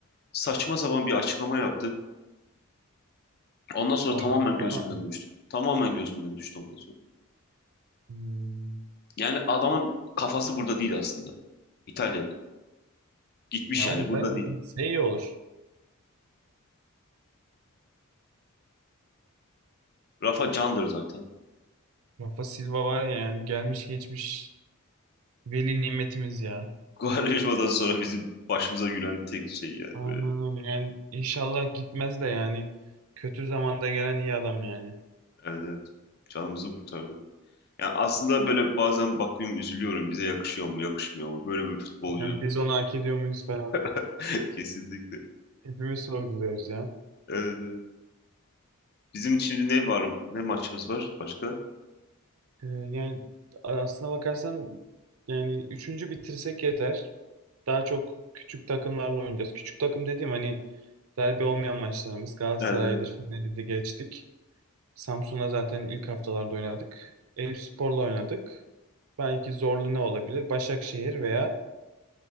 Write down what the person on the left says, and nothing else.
Saçma sapan bir açıklama yaptı. Ondan sonra
tamamen gözümden
düştü. Tamamen gözümden düştü ondan sonra.
Yani adamın kafası burada değil aslında. İtalya'da. Gitmiş
yani
burada değil.
Rafa candır zaten.
<laughs> Quaresma'dan sonra bizim başımıza gülen tek şey yani
böyle.
Evet evet. Canımızı kurtardı. Yani aslında böyle bazen bakıyorum üzülüyorum. Bize yakışıyor mu yakışmıyor mu? Böyle bir futbolcu.
<laughs> Kesinlikle.
Evet evet. Bizim şimdi ne var? Ne maçımız var başka?
Nereden?